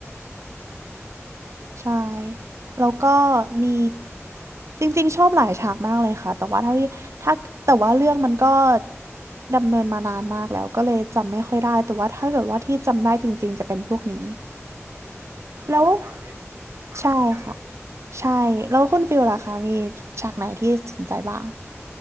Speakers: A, on the right (about 85°); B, on the right (about 70°).
A: อืม
B: ใช่แล้วก็มีจริงๆชอบหลายฉากมากเลยค่ะแต่ว่าถ้าที่ถ้าแต่ว่าเรื่องมันก็ดำเนินมานานมากแล้วก็เลยจำไม่ค่อยได้แต่ว่าถ้าเกิดว่าที่จำได้จริงๆจะเป็นพวกนี้
A: อ่าเป็นฉากที่
B: แล้ว
A: อาจตึงใจ
B: ใช่ค่ะใช่แล้วคุณฟิลล่ะคะมีฉากไหนที่สนใจบ้าง